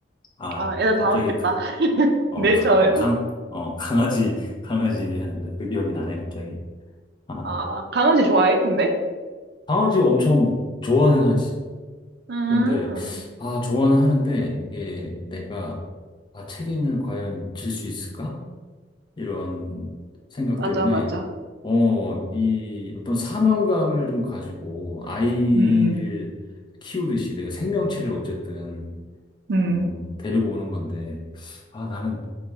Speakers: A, on the left; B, on the right.
A: 아,
B: 아, 애들
A: 갑자기
B: 당황했겠다. <laughs>
A: 어,
B: 네,
A: 가-
B: 저요?
A: 어, 강, 어, 강아지, 강아지 얘기하는데 그 그 기억이 나네, 갑자기. 아,
B: 아, 강아지 좋아해, 근데?
A: 강아지 엄청 좋아는 하지.
B: 음,
A: 그런데, 아, 좋아는 하는데, 이게 내가, 아, 책임을 과연 질 수 있을까? 이런 생각
B: 맞아,
A: 때문에,
B: 맞아.
A: 어, 이 어떤 사명감을 좀 가지고 아이를
B: 음,
A: 키우듯이 내가 생명체를 어쨌든,
B: 음,
A: 어, 데리고 오는 건데, 아, 나는